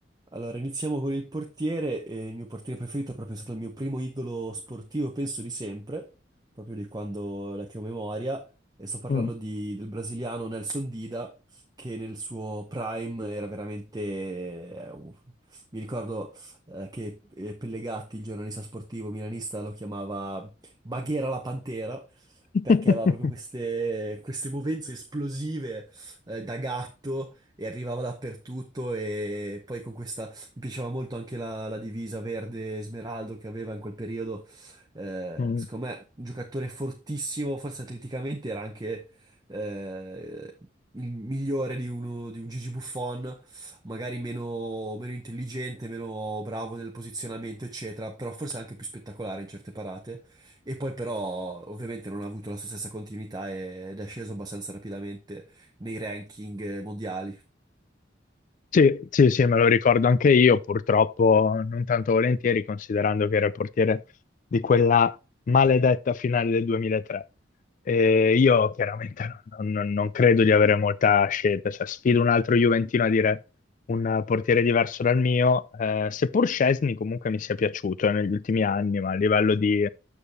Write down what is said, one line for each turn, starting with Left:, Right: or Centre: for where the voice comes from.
Right: Allora, iniziamo con il portiere. eh, il mio portiere preferito è proprio stato il mio primo idolo sportivo, penso di sempre, proprio di quando la che ho memoria. E sto parlando
Left: Mm.
Right: di- del brasiliano Nelson Dida, che nel suo prime era veramente... eh, uff. mi ricordo eh, che eh, Pellegatti, il giornalista sportivo milanista, lo chiamava Baghera la Pantera,
Left: <laughs>
Right: perché aveva proprio queste, queste movenze esplosive eh, da gatto e arrivava dappertutto e poi con questa mi piaceva molto anche la, la divisa verde smeraldo che aveva in quel periodo. Eh,
Left: Mm.
Right: secondo me, un giocatore fortissimo, forse atleticamente era anche eh, il migliore di, uno, di un Gigi Buffon, magari meno, meno intelligente, meno bravo nel posizionamento, eccetera, però forse anche più spettacolare in certe parate. E poi però ovviamente non ha avuto la sua stessa continuità e- ed è sceso abbastanza rapidamente nei ranking mondiali.
Left: Sì, sì, sì, me lo ricordo anche io, purtroppo non tanto volentieri, considerando che era il portiere di quella maledetta finale del 2003. E io chiaramente non, non- non credo di avere molta scelta, cioè sfido un altro Juventino a dire un portiere diverso dal mio, eh, seppur Szczesny comunque mi sia piaciuto eh, negli ultimi anni, ma a livello di